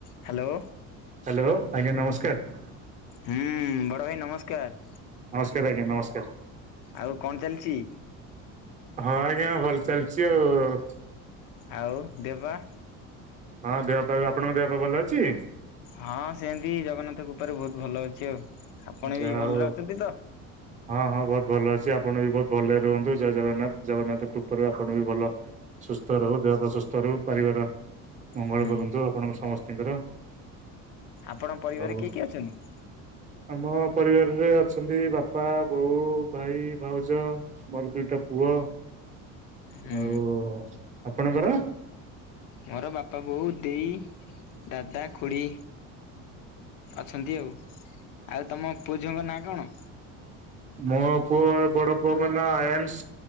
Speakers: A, on the left (about 70°); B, on the right (about 25°).
A: Hello
B: hello ଆଜ୍ଞା ନମସ୍କାର।
A: ହୁଁ ବଡ଼ ଭାଇ ନମସ୍କାର।
B: ନମସ୍କାର ଆଜ୍ଞା ନମସ୍କାର।
A: ଆଉ କଣ ଚାଲିଛି?
B: ହଁ ଆଜ୍ଞା ଭଲ ଚାଲିଛି ଆଉ।
A: ଆଉ ଦେହ ପା?
B: ହଁ ଦେହ ପାହ୍ ବି, ଆପଣଙ୍କ ଦେହପା ଭଲ ଅଛି?
A: ହଁ ସେମତି ଜଗନ୍ନାଥ କୃପାରୁ ବହୁତ ଭଲ ଅଛି ଆଉ। ଆପଣ
B: ଯା
A: ବି ଭଲରେ
B: ହଉ।
A: ଅଛନ୍ତି ତ?
B: ହଁ ହଁ ବହୁତ ଭଲ ଅଛି ଆପଣ ବି ବହୁତ ଭଲରେ ରୁହନ୍ତୁ ଜୟ ଜଗନ୍ନାଥ ଜଗନ୍ନାଥ କୃପାରୁ ଆପଣ ବି ଭଲ ସୁସ୍ଥ ରହୁ ଦେହପା ସୁସ୍ଥ ରହୁ ପାରିବାର ମଙ୍ଗଳ
A: ହୁଁ
B: କରନ୍ତୁ ଆପଣଙ୍କ ସମସ୍ତଙ୍କର।
A: ଆପଣ ପରିବାରେ
B: ଆଉ
A: କିଏ କିଏ ଅଛନ୍ତି?
B: ଆମ ପରିବାରରେ ଅଛନ୍ତି ବାପା, ବୋଉ, ଭାଇ, ଭାଉଜ। ମୋର ଦୁଇଟା ପୁଅ,
A: ହୁଁ
B: ଆଉ ଆପଣଙ୍କର?
A: ମୋର ବାପା, ବୋଉ, ଦେଇ, ଦାଦା, ଖୁଡ଼ି। ଅଛନ୍ତି ଆଉ, ଆଉ ତମ ପୁଅ, ଝିଅଙ୍କ ନାଁ କଣ?
B: ମୋ ପୁଅ ବଡ ପୁଅଙ୍କ ନା ଆୟନ୍ସ।